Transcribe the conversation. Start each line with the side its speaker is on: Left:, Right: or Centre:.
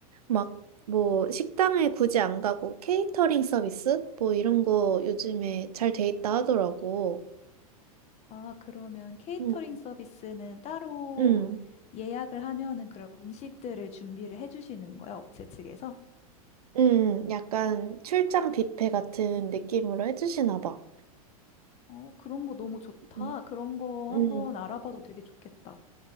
Right: 막, 뭐, 식당에 굳이 안 가고, 케이터링 서비스? 뭐, 이런 거 요즘에 잘 돼 있다 하더라고.
Left: 아, 그러면 케이터링
Right: 응,
Left: 서비스는 따로
Right: 응,
Left: 예약을 하면은 그런 음식들을 준비를 해주시는 거야, 업체 측에서?
Right: 응, 약간 출장 뷔페 같은 느낌으로 해주시나 봐.
Left: 어, 그런 거 너무 좋다.
Right: 응,
Left: 그런 거
Right: 응.
Left: 한번 알아봐도 되게 좋겠다.